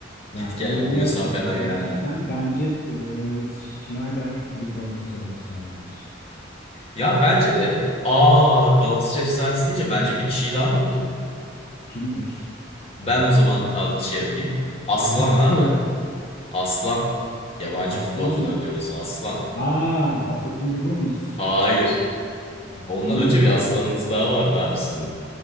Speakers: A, on the left (about 50°); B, on the left (about 30°).
A: Ya
B: Git
A: inanılmaz
B: gel o mesafeden
A: iki gol gerçekten.
B: yani.
A: Bence e, Schneider bir Galatasaray efsanesidir.
B: Ya bence de aa Galatasaray efsanesi deyince bence bir kişiyi daha unuttuk.
A: Kimdir? Acep.
B: Ben o zaman ta- şey yapayım. Aslan
A: <laughs> Arda
B: abi.
A: Turan.
B: Aslan. Yabancı
A: Aslan
B: futbolcular
A: mı?
B: diyoruz. Aslan.
A: Aa, Buffett'in bir Gomis.
B: Hayır.
A: Ya,
B: Ondan
A: kim
B: önce
A: oğlum
B: bir
A: Aslan?
B: aslanınız daha vardı abi sizin.